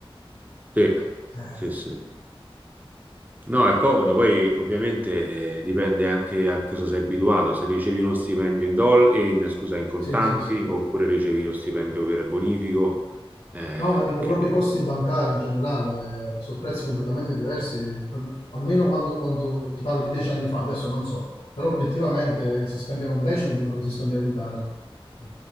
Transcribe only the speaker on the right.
Sì,
sì, sì. No, è comodo, poi ovviamente eh, dipende anche a cosa sei abituato, se ricevi uno stipendio in doll- in, scusa, in contanti
oppure ricevi lo stipendio per bonifico, eh,
perché...